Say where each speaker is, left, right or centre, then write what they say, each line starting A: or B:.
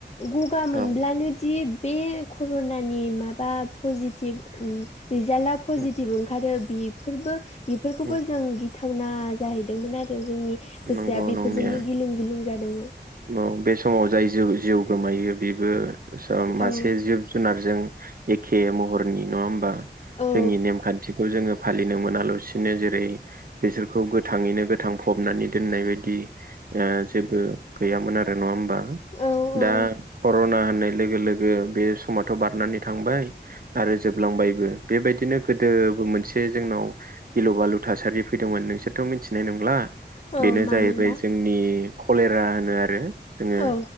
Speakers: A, on the left; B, on the right.
A: गगा मोनब्लानोदि
B: औ
A: बे कर'नानि माबा पजिटिभ ओम रिजाल्टा पजिटिभ
B: उम
A: ओंखारो बेफोरबो बेफोरखौबो
B: उम
A: जों गिथावना जाहैदोंमोन आरो जोंनि गोसोआ
B: नंगौ
A: बेफोरजोंनो
B: नंनाया
A: गिलुं गिलुं जादोंमोन।
B: औ बे समाव जाय जि जिउ गोमायो बेबो मासे
A: औ
B: जिब जुनारजों एखे महरनि नङा होमबा
A: औ
B: जोंनि नेमखान्थिखौ जोङो फालिनो मोनालासिनो जेरै बिसोरखौ गोथाङैनो गोथां फबनानै दोननाय बायदि ओ जेबो गैयामोन नङा होनबा
A: औ
B: दा
A: औ
B: कर'ना लोगो लोगो बे समाथ' बारनानै थांबाय । आरो जोबलांबायबो बेबायदिनो गोदोबो मोनसे से जोंनाव गिलु बालु थासारि फैदोंमोन। नोंसोरथ' मिथिनाय नंला
A: औ
B: बेनो
A: मामोनबा
B: जाहैबाय जोंनि कलेरा होनो आरो जोङो
A: औ